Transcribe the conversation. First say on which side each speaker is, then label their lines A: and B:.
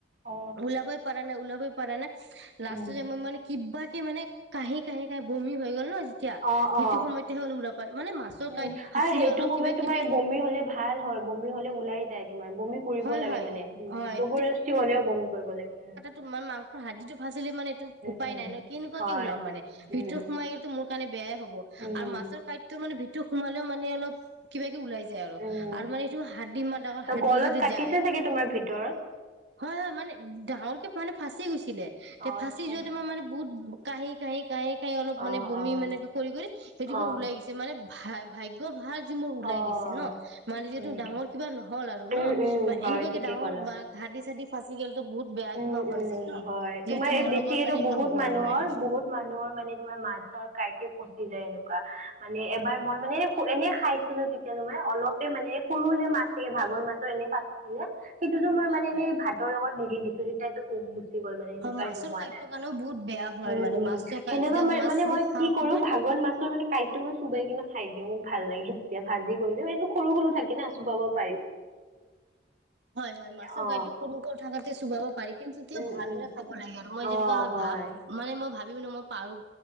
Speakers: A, on the right; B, on the right.
A: অ
B: ওলাবই পৰা নাই, ওলাবই পৰা নাই লাষ্টত
A: উম
B: যে মই মানে কিবাকে মানে কাঁহি, কাঁহি, কাঁহি বমি হৈ গ'ল ন। তেতিয়া
A: অ
B: সেইটো
A: অ
B: সময়তেহে ওল পায় মানে মাছৰ
A: উম
B: কাঁইট ভাচিলে
A: আৰু সেইটো
B: অলপ
A: সময়ত
B: কিবা
A: তোমাৰ
B: কিবি
A: বমি হলে ভাল হয় বমি হলে ওলাই যায় তোমাৰ বমি কৰিব
B: হয়
A: লাগে
B: হয়
A: মানে উ
B: হয়
A: জবৰ জস্তি হলেও বমি কৰিব লাগে উ
B: তোমাৰ মাংস হাদ্দীটো ফাচিলে মানে এইটো উপায়
A: উম
B: নাই ন, কেনেকুৱাকে
A: হয়
B: ওলাম মানে ভিতৰত
A: উম
B: সোমাই গলেতো মোৰ কাৰণে বেয়াএ হ'ব।
A: উম।
B: আৰু মাছৰ কাইতটো মানে ভিতৰত সোমালেও মানে অলপ কিবাকে ওলাই যাই। আৰু
A: উম,
B: আৰু মানে এইটো হাড্দী ইমান ডাঙৰ
A: ত'
B: হাড্দী
A: গলত
B: যদি
A: কাটিছে
B: যায়।
A: চাগে তোমাৰ ভিতৰত?
B: হয় হয় মানে ডাঙৰকে মানে ফাঁচি গৈছিলে তে
A: অ',
B: ফাঁচি
A: আচ্ছা,
B: যোৱাতে মই মানে বহুত কাঁহি, কাঁহি, কাঁহি, কাঁহি অলপ
A: অ',
B: মানে বমি
A: অ',
B: মানে কৰি কৰি সেইদোখৰ
A: অ',
B: ওলাই গৈছে মানে ভাগ্য ভাল। যে মোৰ ওলাই
A: অ',
B: গৈছে ন', মানে যিহেতু
A: হয় নেকি?
B: ডাঙৰ কিবা নহ'ল আৰু ন',
A: উম, উম, হয়
B: এনেকুৱাকে
A: ঠিকে
B: ডাঙৰ
A: ক'লা।
B: বা হাৰ্দি চাৰ্দি আজিকালি টো বহুত বেয়া
A: উম,
B: কিবা হৈ
A: উম,
B: যায় ন'।
A: হয়,
B: যিহেতু
A: তোমাৰ এই
B: মোৰ
A: বেছি
B: লগত
A: এইটো
B: মানে এনেকুৱা
A: বহুত
B: হোৱা
A: মানুহৰ
B: নাই
A: বহুত মানুহৰ মানে তোমাৰ মাছৰ কাইট ফচি যায় আৰু মানে এবাৰ মই মানে এনে খাইছিলো তেতিয়া তোমাৰ অলপে মানে সৰু যে মাছৰে ভাত গৰৈ মাছৰ এনে ফচিছিলে সেইটোতো মই
B: হয়
A: মানে
B: হয়
A: এনেই ভাতৰ লগত গিলি দিছো যেতিয়া এইটো খুব গ'ল মানে সেনেকুৱা
B: হয় মাছৰ
A: একো হোৱা
B: কাঁইটৰ
A: নাই,
B: কাৰণেও বহুত বেয়া হয়
A: উম
B: মানে
A: উম,
B: মাছৰ কাঁইট
A: সেনেকুৱা
B: যেতিয়া
A: মই মানে
B: মাছ যেতিয়া
A: মই
B: খাওঁ
A: কি কৰো
B: মই
A: ভাগৰ মাছৰ মানে কাইটতো মই চোবাই কিনে খাই দিওঁ। ভাল লাগে তেতিয়া ভাজি কৰিলে এইটো সৰু সৰু থাকে না চুবাব পাৰি।
B: হয়, হয় মাছৰ
A: অ
B: কাইটো সৰু সৰু থাকাতে চোবাব পাৰি কিন্তু তেতিয়াও
A: উম
B: ভালদৰে
A: উম
B: খাব লাগে আৰু মই যেনেকুৱা
A: অ হয়
B: ভাৱ মানে মই ভাবি পিনে মই পাৰোঁ।